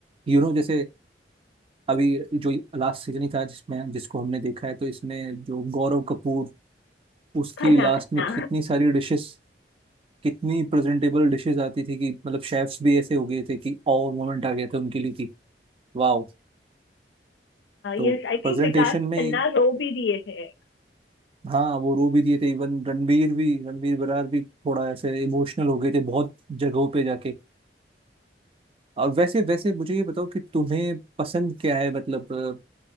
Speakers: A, on the right; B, on the left.
A: यू नो जैसे अभी जो लास्ट सीजन ही था जिसमें जिसको हमने देखा है तो इसमें जो गौरव कपूर उसकी
B: Khanna
A: लास्ट
B: Khanna
A: में कितनी सारी डिशेस कितनी प्रेजेंटेबल डिशेस आती थी कि मतलब शेफ्स भी ऐसे हो गए थे कि और मोमेंट आ गया था उनके लिए कि वाह तो
B: Yes I
A: प्रेजेंटेशन
B: think <laughs> विकास खन्ना
A: में ही
B: रो भी दिए थे
A: हाँ वो रो भी दिए थे इवन रणवीर भी रणवीर बरार भी थोड़ा ऐसे इमोशनल हो गए थे बहुत जगहों पे जाके और वैसे वैसे मुझे ये बताओ कि तुम्हें पसंद क्या है मतलब